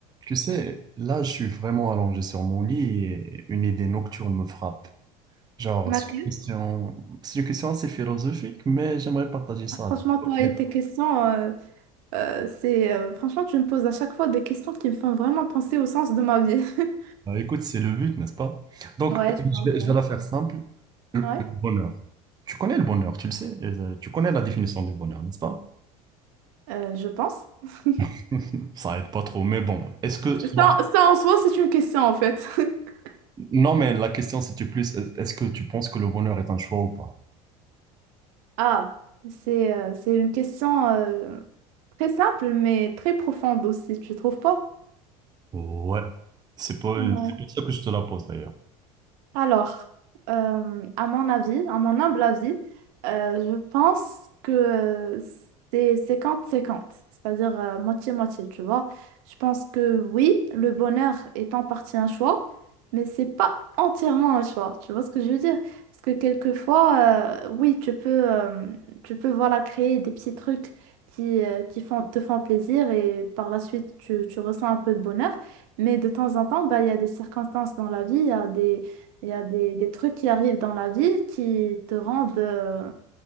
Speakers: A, on the right; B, on the right.
A: Tu sais, là, je suis vraiment allongé sur mon lit et une idée nocturne me frappe. Genre,
B: Ma
A: c'est
B: question-
A: une question, c'est une question assez philosophique, mais j'aimerais partager ça
B: Franchement,
A: avec toi.
B: toi et tes questions, euh, euh, c'est euh, franchement, tu me poses à chaque fois des questions qui me font vraiment penser au sens de ma vie. <laughs>
A: Bah, écoute, c'est le but, n'est-ce pas? Donc,
B: Ouais,
A: euh, je
B: je pense.
A: vais, je
B: Ouais,
A: vais la faire simple. Le
B: Ouais,
A: bonheur. Tu connais le bonheur, tu le sais. et, euh, Tu connais la définition du bonheur, n'est-ce pas?
B: euh, je pense. <laughs>
A: <laughs> Ça aide pas trop, mais bon. Est-ce que... bon,
B: Ça, ça en soi, c'est une question en fait. <laughs>
A: Non, mais la question, c'était plus, est- est-ce que tu penses que le bonheur est un choix ou pas?
B: Ah, c'est euh, c'est une question euh, très simple, mais très profonde aussi, tu trouves pas?
A: Ouais. C'est pas...
B: Ouais.
A: c'est pour ça que je te la pose, d'ailleurs.
B: Alors, euh, à mon avis, à mon humble avis, euh, je pense que euh, c'est 50-50, c'est-à-dire euh, moitié-moitié, tu vois. Je pense que oui, le bonheur est en partie un choix, mais c'est pas entièrement un choix, tu vois ce que je veux dire? Parce que quelquefois, euh, oui, tu peux, euh, tu peux voilà, créer des petits trucs qui, euh, qui font, te font plaisir et par la suite, tu, tu ressens un peu de bonheur, mais de temps en temps, bah, il y a des circonstances dans la vie, il y a des il y a des, des trucs qui arrivent dans la vie qui te rendent euh,